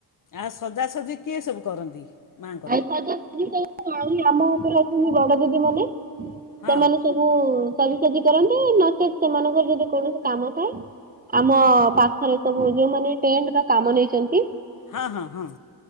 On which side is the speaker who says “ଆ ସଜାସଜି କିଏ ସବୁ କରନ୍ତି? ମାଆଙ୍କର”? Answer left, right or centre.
Left